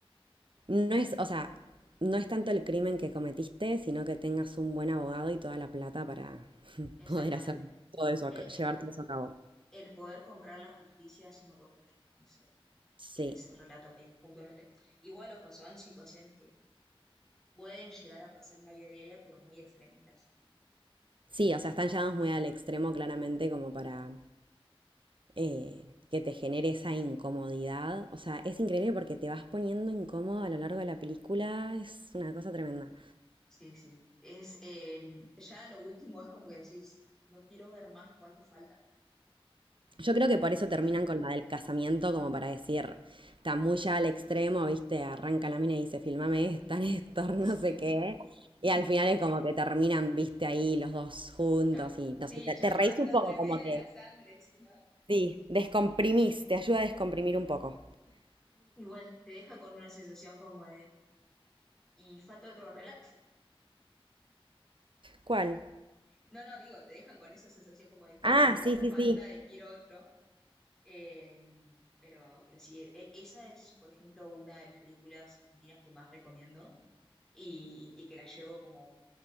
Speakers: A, on the right; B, in the centre.
A: no es, o sea, no es tanto el crimen que cometiste, sino que tengas un buen abogado y toda la plata para
B: exactamente,
A: poder hacer todo eso,
B: Eh,
A: a ca- llevar
B: eh,
A: todo eso a cabo.
B: el poder comprar la justicia se notó mucho en ese,
A: Sí.
B: en ese relato pi- puntualmente. Igual, ojo, son situaciones que pueden llegar a pasar en la vida diaria, pero muy extremistas.
A: Sí, o sea, están llevados muy al extremo claramente como para eh, que te genere esa incomodidad. O sea, es increíble porque te vas poniendo incómodo a lo largo de la película. Es una cosa tremenda.
B: Sí, sí. Es, eh, ya lo último es como que decís, no quiero ver más cuánto falta.
A: Yo creo que por eso terminan con la del casamiento, como para decir, está muy ya al extremo, viste, arranca la mina y dice, filmame esta, Néstor, <laughs> no
B: <laughs>
A: sé qué. Y al final es como que terminan, viste, ahí los dos juntos
B: Chap-
A: y no
B: sí,
A: sé, te,
B: chapando
A: te reís un
B: entre
A: poco como
B: medio
A: que,
B: de la sangre, sí, ¿no?
A: sí, descomprimís, te ayuda a descomprimir un poco.
B: Igual te deja con una sensación como de, ¿y falta otro relato?
A: ¿Cuál?
B: No, no, digo, te dejan con esa sensación como de que
A: Ah,
B: otro relato
A: sí, sí,
B: falta,
A: sí.
B: de quiero otro. Eh, pero, pero sí, e- esa es, por ejemplo, una de las películas argentinas que más recomiendo y, y que la llevo como